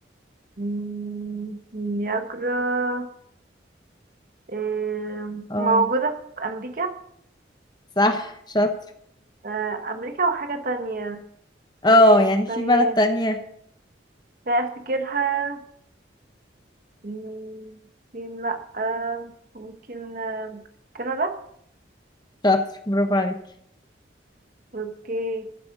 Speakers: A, on the right (about 45°); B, on the left (about 20°).
A: مم، إني أقرأ آه،
B: اه
A: موجودة في أمريكا
B: صح شاطر
A: آه، أمريكا وحاجة تانية
B: اه
A: آه،
B: يعني
A: استني
B: في بلد تانية
A: لا أفتكرها مم، الصين لأ آه، ممكن آه، كندا
B: شاطر برافو عليك
A: اوكي